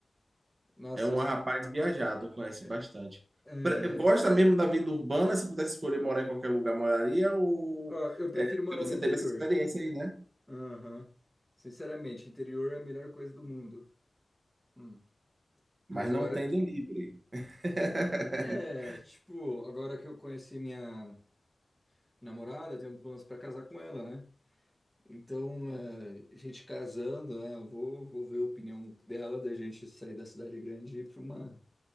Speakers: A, in the centre; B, on the right.
A: nossa,
B: É um
A: eu sinto.
B: rapaz viajado, conhece
A: É,
B: bastante.
A: é,
B: Pre- Gosta mesmo da vida urbana? Se pudesse escolher morar em qualquer lugar, moraria? Ou
A: ó, eu prefiro
B: é,
A: morar
B: porque
A: no
B: você
A: interior.
B: teve essa experiência aí, né?
A: Aham. Sinceramente, interior é a melhor coisa do mundo. Hum.
B: Mas
A: Mas agora,
B: não tendo livre. <laughs>
A: é, tipo, agora que eu conheci minha namorada, tenho planos pra casar com ela, né? Então, é, a gente casando, né? Eu vou, vou ver a opinião dela da gente sair da cidade grande e ir pra uma.